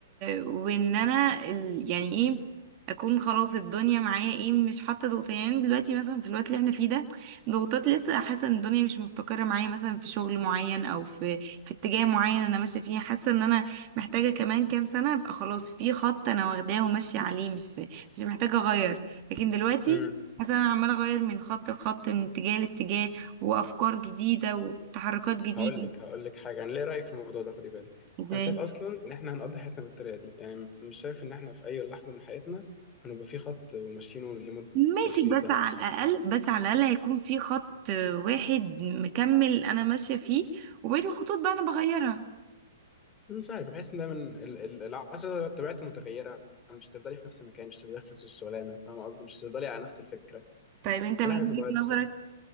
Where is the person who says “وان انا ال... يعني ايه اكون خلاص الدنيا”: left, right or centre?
Right